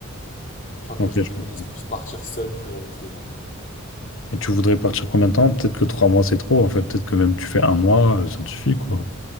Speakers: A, on the left; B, on the left.
A: Je crois que
B: ok,
A: je préconise
B: je comprends.
A: plus partir seul qu'avec des gens.
B: Et tu voudrais partir combien de temps? Peut-être que trois mois c'est trop, en fait. Peut-être que même tu fais un mois, euh, ça te suffit, quoi.